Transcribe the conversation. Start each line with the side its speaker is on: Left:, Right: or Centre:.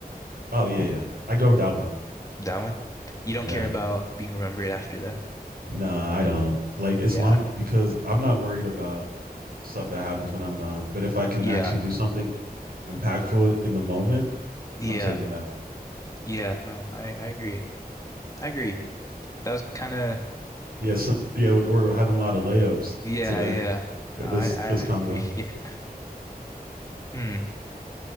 Right: Oh, yeah. Yeah. I go with that one.
Left: That one? You don't
Right: Yeah.
Left: care about being remembered after death?
Right: Nah, I don't. Like, it's
Left: Yeah.
Right: long because I'm not worried about stuff that happens when I'm gone. But if I can
Left: Yeah.
Right: actually do something impactful in the moment,
Left: Yeah.
Right: I'm taking that.
Left: Yeah. No, I I agree. I agree. That was kind of
Right: Yes, yeah, we're having a lot of layups
Left: yeah,
Right: today
Left: yeah. No,
Right: for
Left: I
Right: this
Left: I
Right: this convo.
Left: agree. <laughs> Yeah. Hmm.